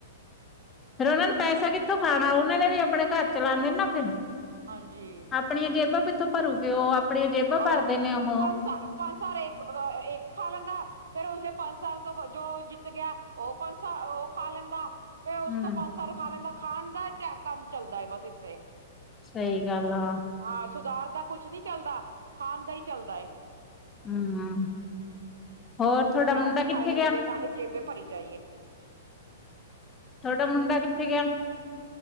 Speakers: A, on the left; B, on the right.
A: ਫੇਰ ੳਨਾਂ ਨੂੰ ਪੈਸਾ ਕਿੱਥੋਂ ਖਾਨਾ, ੳਨਾ ਨੇ ਵੀ ਅਪਣੇ ਘਰ ਚਲਾਨੇ ਨਾ ਫਿਰ।
B: ਹਾਂਜੀ।
A: ਆਪਣੀਆਂ ਜੇਬਾਂ ਕਿਥੋਂ ਭਰੂਗੇ ੳ, ਆਪਣੀਆਂ ਜੇਬਾਂ
B: ਉਹ
A: ਭਰਦੇ ਨੇ ੳਹ।
B: ਪੰਜ ਸਾਲ ਪੰਜ ਸਾਲ ਏਕ ਅ ਵ ਏਕ ਖਾ ਲੈਂਦਾ ਫੇਿਰ ਉਸਦੇ ਪੰਜ ਸਾਲ ਤੋਂ ਜੋ ਜਿੱਤ ਗਿਆ ਉਹ ਪੰਜ ਸਾਲ ਉਹ ਖਾ ਲੈਂਦਾ। ਫ ਉਸ
A: ਹਮ
B: ਤੋਂ ਪੰਜ ਸੌ ਰ ਖਾ ਲੈਂਦਾ ਖਾਣ ਦਾ ਕੰਮ ਚੱਲਦਾ ਬਸ ਇੱਥੇ।
A: ਸਹੀ ਗੱਲ ਆ।
B: ਹਾਂ ਸੁਧਾਰ ਦਾ ਕੁਛ ਨਹੀਂ ਚੱਲਦਾ ਖਾਣ ਦਾ ਹੀ ਚੱਲਦਾ।
A: ਹਮ ਹੋਰ ਤੁਹਾਡਾ
B: ਤੇ
A: ਮੁੰਡਾ
B: ਅਸੀਂ
A: ਕਿੱਥੇ
B: ਖਾਈ ਜਾਈਏ
A: ਗਿਆ।
B: ਸਾਡੇ ਜੇਬੇ ਭਰੀ ਜਾਈਏ।
A: ਹਾਡਾ ਮੁੰਡਾ ਕਿੱਥੇ ਗਿਆ।